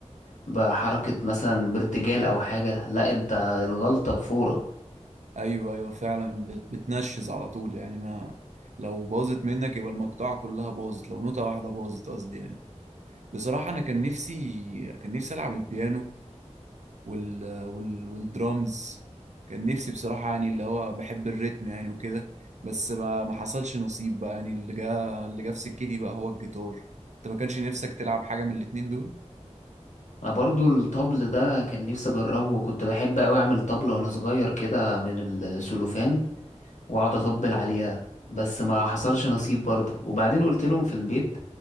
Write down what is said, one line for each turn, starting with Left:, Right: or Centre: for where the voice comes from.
Left: بحركة مثلا بارتجال او حاجة لا انت الغلطة بفورة
Right: ايوه ايوه فعلا بت- بتنشز على طول يعني ما لو باظت منك يبقى المقطعه كلها باظت لو نوتة واحده باظت قصدي يعني بصراحه انا كان نفسي كان نفسي العب البيانو وال... وال... والدرامز كان نفسي بصراحه يعني اللي هو بحب الريتم يعني وكده بس ما ما حصلش نصيب بقى يعني اللي جا اللي جا في سكتي بقى هو الجيتار انت ما كانش نفسك تلعب حاجه من الاتنين دول
Left: انا برضو الطبل ده كان نفسي اجربه كنت بحب اوي اعمل طبلة وانا صغير كده من السلوفان واقعد اطبل عليها بس ما حصلش نصيب برضو وبعدين قلت لهم في البيت